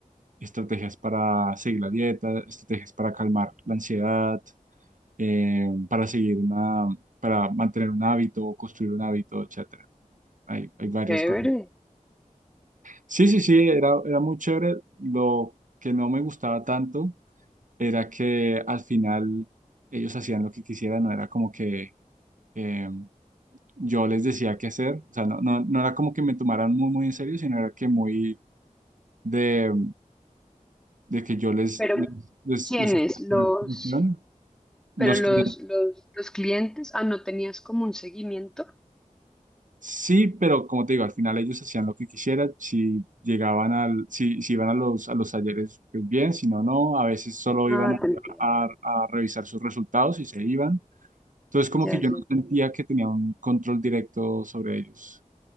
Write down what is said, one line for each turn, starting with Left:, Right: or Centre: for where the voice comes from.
Right: estrategias para seguir la dieta, estrategias para calmar la ansiedad, eh, para seguir una, para mantener un hábito o construir un hábito, etcétera. Hay, hay varias
Centre: chévere.
Right: cosas. Sí, sí, sí, era, era muy chévere. Lo que no me gustaba tanto era que al final ellos hacían lo que quisieran, no era como que eh, yo les decía qué hacer, o sea, no, no, no era como que me tomaran muy, muy en serio, sino era que muy de, de que yo les,
Centre: Pero,
Right: les, les,
Centre: ¿quiénes?
Right: les hacía
Centre: Los,
Right: como la función. Los
Centre: pero los,
Right: clientes,
Centre: los, los clientes, ah, no tenías como un seguimiento.
Right: sí, pero como te digo, al final ellos hacían lo que quisieran, si llegaban al, si, si iban a los, a los talleres, pues bien, si no, no, a veces solo iban
Centre: Ah, te entiendo.
Right: a, a a revisar sus resultados y se iban Entonces, como
Centre: Ya,
Right: que yo
Centre: ya,
Right: no sentía que tenía un control directo sobre ellos.